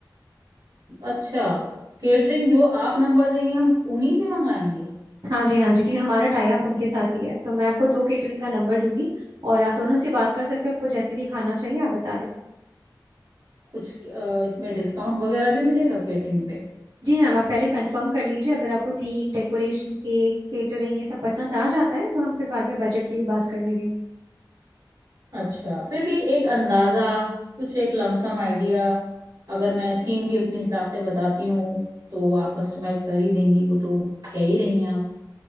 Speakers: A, on the right; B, on the right.
A: अच्छा केटरिंग जो आप नंबर देंगे हम उन्हीं से मंगाएंगे
B: हाँ जी हाँ जी क्योंकि हमारा टाई अप उनके साथ ही है तो मैं आपको दो केटरिंग का नंबर दूंगी और आप दोनों से बात कर सकते हो आपको जैसे भी खाना चाहिए आप बता दें
A: कुछ अ, इसमें डिस्काउंट वगैरह भी मिलेगा केटरिंग पे
B: जी मैम आप पहले कंफर्म कर लीजिए अगर आपको थीम डेकोरेशन केक केटरिंग ये सब पसंद आ जाता है तो हम फिर बाद में बजट की भी बात कर लेंगे
A: अच्छा फिर भी एक अंदाजा कुछ एक लमसम आइडिया अगर मैं थीम भी अपने हिसाब से बताती हूँ तो आप कस्टमाइज कर ही देंगी वो तो कह ही रही हैं आप